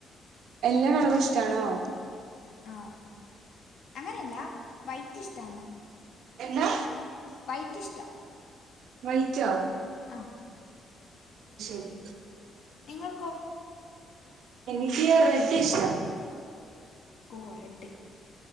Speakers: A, on the right; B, on the left.
A: എല്ലാ കളറും ഇഷ്ടാണോ
B: ആ അങ്ങനെയല്ല വൈറ്റ് ഇഷ്ടാന്ന്
A: എന്താ
B: വൈറ്റിഷ്ടാ
A: മ്മ എണീറ്റോ
B: ആഹ്
A: ശരി
B: നിങ്ങൾക്കോ
A: എനിക്ക് റെഡ് ഇഷ്ടാ
B: ഓ റെഡ്